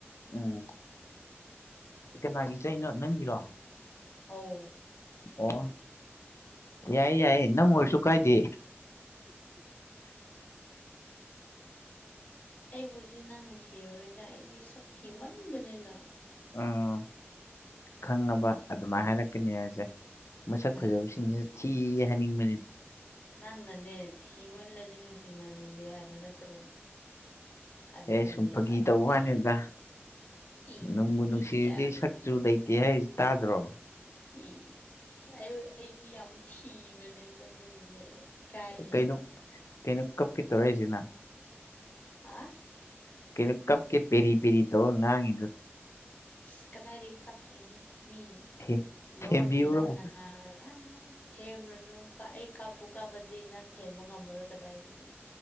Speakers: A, on the left; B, on the left.
A: ꯎꯝ ꯀꯅꯥꯒꯤ ꯆꯩꯅꯣ ꯅꯪꯒꯤꯔꯣ
B: ꯑꯧ
A: ꯑꯣ ꯌꯥꯏꯌꯦ ꯌꯥꯏꯌꯦ ꯅꯪ ꯑꯣꯏꯔꯁꯨ ꯀꯥꯏꯗꯦ
B: ꯑꯩꯕꯨꯗꯤ ꯅꯪ ꯅꯨꯡꯁꯤꯔꯨꯔꯣꯏꯗ ꯑꯩꯗꯤ ꯁꯛ ꯊꯤ ꯃꯟꯕꯅꯤꯅ
A: ꯎꯝ ꯈꯪꯉꯕ ꯑꯗꯨꯃꯥꯏꯅ ꯍꯥꯏꯔꯛꯀꯅꯤ ꯍꯥꯏꯕꯁꯦ ꯃꯁꯛ
B: ꯎꯝ
A: ꯐꯖꯕꯁꯤꯡꯁꯤꯅ ꯊꯤꯌꯦ ꯍꯥꯏꯅꯤꯡꯕꯅꯤ
B: ꯅꯪꯅꯅꯦ ꯊꯤꯃꯜꯂꯗꯤ ꯅꯨꯡꯁꯤꯅꯅꯤꯡꯗꯦ ꯍꯥꯏꯕ ꯅꯠꯇ꯭ꯔꯣ ꯑꯗꯨꯅꯦꯕ
A: ꯑꯦ ꯁꯨꯝ ꯐꯥꯒꯤ ꯇꯧꯕ ꯋꯥꯅꯦꯗ
B: ꯑꯩ ꯏ
A: ꯅꯨꯡꯕꯨ ꯅꯨꯡꯁꯤꯔꯗꯤ
B: ꯑꯩꯗꯤ ꯌꯥꯝ
A: ꯁꯛꯆꯨ ꯂꯩꯇꯦ ꯍꯥꯏꯔꯤꯁꯦ ꯇꯥꯗ꯭ꯔꯣ
B: ꯏ ꯑꯣ ꯑꯩꯗꯤ ꯌꯥꯝ ꯊꯤꯕꯅꯦꯕ ꯑꯗꯨꯒꯤꯅꯦꯕ ꯏꯀꯥꯏꯌꯦꯕ
A: ꯀꯩꯅꯣ ꯀꯩꯅꯣ ꯀꯞꯀꯦ ꯇꯧꯔꯛꯏꯁꯤꯅꯥ
B: ꯍꯥ
A: ꯀꯩꯅꯣ ꯀꯞꯀꯦ ꯄꯦꯔꯤ ꯄꯦꯔꯤ ꯇꯧꯔ ꯉꯥꯡꯉꯤꯗꯨ
B: ꯑꯁ ꯀꯗꯥꯏꯗꯒꯤ ꯀꯞꯇꯣꯏꯅꯣ ꯃꯤ
A: ꯊꯦ
B: ꯂꯣꯟꯅ
A: ꯊꯦꯝꯕꯤꯌꯨꯔꯣ
B: ꯂꯣꯟꯅ ꯉꯥꯔꯒ ꯉ ꯊꯦꯝꯕ꯭ꯔꯨꯅꯨ ꯀꯥꯞꯑ ꯀꯥꯞꯄꯨ ꯀꯥꯞꯄꯗꯤ ꯅꯪ ꯊꯦꯝꯕ ꯉꯝꯃꯔꯣꯏ ꯀꯗꯥꯏꯗꯒꯤ